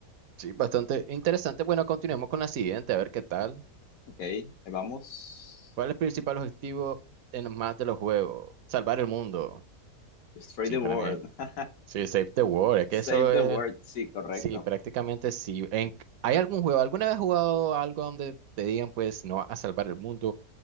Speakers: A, on the right (about 75°); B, on the left (about 70°).
A: Sí, bastante interesante. Bueno, continuemos con la siguiente, a ver qué tal.
B: Ok, ahí vamos.
A: ¿Cuál es el principal objetivo en más de los juegos? Salvar el mundo.
B: Destroy
A: Sí,
B: the
A: para
B: world.
A: mí, es-
B: <laughs>
A: sí, save the world, es
B: Save
A: que eso
B: the
A: es
B: world, sí, correcto.
A: Sí, prácticamente sí. En- ¿hay algún juego? ¿Alguna vez has jugado algo donde te digan, pues, no vas a salvar el mundo?